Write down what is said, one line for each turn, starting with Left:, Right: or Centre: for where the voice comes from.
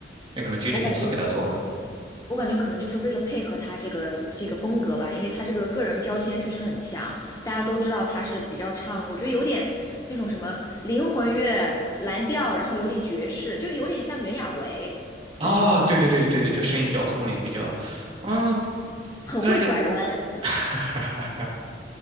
Right: 那可能经纪公司给他做的
Left: 我感觉我感觉可能就是为了配合他这个这个风格吧，因为他这个个人标签确实很强，大家都知道他是比较唱，我觉得有点那种什么灵魂乐、蓝调，然后有点爵士，就有点像袁娅维的那个风格，
Right: 啊，对对对对对对，就声音比较空灵，比较，嗯，
Left: 很会拐弯。
Right: 但是。<laughs>